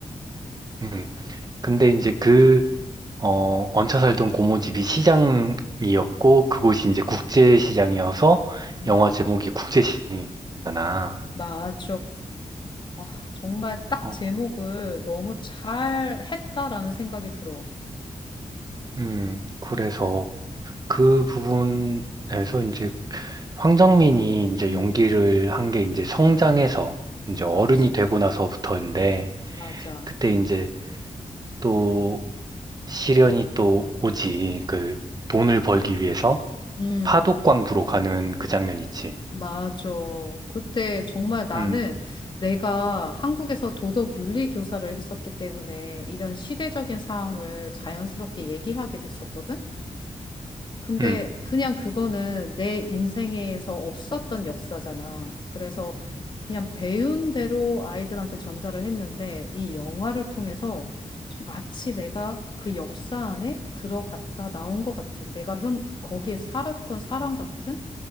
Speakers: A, on the right (about 30°); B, on the left (about 40°).
A: 음. 근데 이제 그, 어, 얹혀 살던 고모 집이 시장이었고, 그곳이 이제 국제시장이어서
B: 응.
A: 영화 제목이 국제시장이잖아.
B: 맞아. 아, 정말 딱
A: 어,
B: 제목을 너무 잘 했다라는 생각이 들어.
A: 음. 그래서 그 부분에서 이제 황정민이 이제
B: 응,
A: 연기를 한 게 이제 성장해서 이제
B: 그렇지.
A: 어른이 되고 나서부터인데,
B: 맞아.
A: 그때 이제 또 시련이 또 오지. 그 돈을 벌기 위해서
B: 음,
A: 파독광부로 가는 그 장면 있지.
B: 맞아. 그때 정말 나는
A: 음,
B: 내가 한국에서 도덕 윤리 교사를 했었기 때문에 이런 시대적인 사항을 자연스럽게 얘기하게 됐었거든. 근데
A: 음.
B: 그냥 그거는 내 인생에서 없었던 역사잖아. 그래서 그냥 배운 대로 아이들한테 전달을 했는데 이 영화를 통해서 좀 마치 내가 그 역사 안에 들어갔다 나온 것 같은 내가 현 거기에 살았던 사람 같은